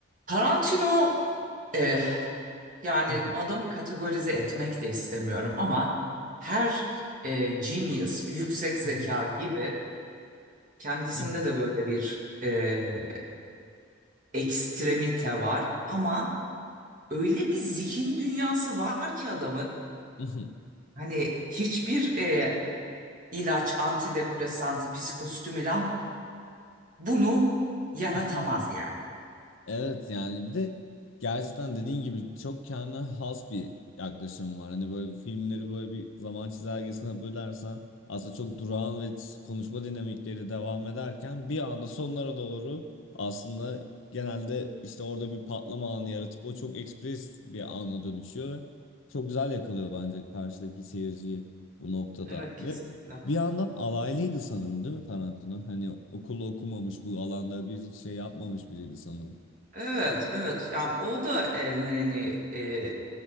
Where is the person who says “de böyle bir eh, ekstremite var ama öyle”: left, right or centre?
Right